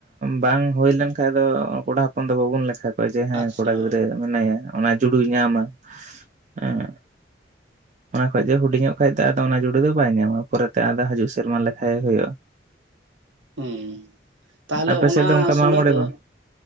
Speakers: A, on the right (about 40°); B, on the right (about 75°).
A: ᱵᱟᱝ ᱦᱩᱭ ᱞᱮᱱᱠᱷᱟᱱᱡ ᱫᱚ ᱠᱚᱲᱟ ᱦᱚᱯᱚᱱ ᱫᱚ ᱵᱟᱵᱚᱱ ᱞᱮᱠᱷᱟ ᱠᱚ ᱡᱮ ᱦᱮᱸ
B: ᱟᱪᱪᱷᱟ
A: ᱠᱚᱲᱟ ᱜᱤᱫᱽᱨᱟᱹ ᱢᱮᱱᱟᱭᱟ ᱚᱱᱟ ᱡᱩᱲᱩᱭ ᱧᱟᱢᱟ ᱦᱮᱸ ᱚᱱᱟ ᱠᱷᱟᱡ ᱮ ᱦᱩᱰᱤᱧᱚᱜ ᱠᱷᱟᱡ ᱫᱚ ᱟᱫᱚ ᱚᱱᱟ ᱡᱩᱲᱟᱹ ᱫᱚ ᱵᱟᱭ ᱧᱟᱢᱟ ᱯᱚᱨᱮᱛᱮ ᱟ ᱦᱤᱡᱩᱜ ᱥᱮᱨᱢᱟ ᱞᱮᱠᱷᱟᱭᱮ ᱦᱩᱭᱩᱜᱼᱟ᱾
B: ᱦᱩᱸ ᱛᱟᱦᱚᱞᱮ
A: ᱟᱯᱮ
B: ᱚᱱᱟ
A: ᱥᱮᱫ ᱫᱚ ᱚᱱᱠᱟ
B: ᱥᱩᱲᱟᱹ
A: ᱢᱟᱜ ᱢᱚᱬᱮ
B: ᱫᱚ
A: ᱵᱟᱝ